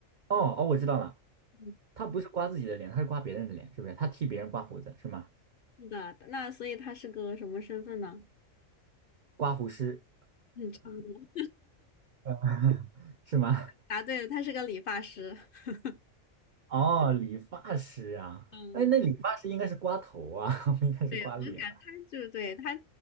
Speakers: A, on the right (about 70°); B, on the left (about 55°).
A: 哦哦，我知道了，
B: 嗯，
A: 他不是刮自己的脸，他是刮别人的脸，是不是？他替别人刮胡子是吗？
B: 是的，那所以他是个什么身份呢？
A: 刮胡师
B: 嗯，差不多
A: <laughs> 是吗？
B: 答对了，他是个理发师。<laughs>
A: 哦，理发师啊，
B: 嗯，
A: 哎，那理发师应该是刮头啊，<laughs> 不应该是刮脸吧
B: 对，我感他就是对他，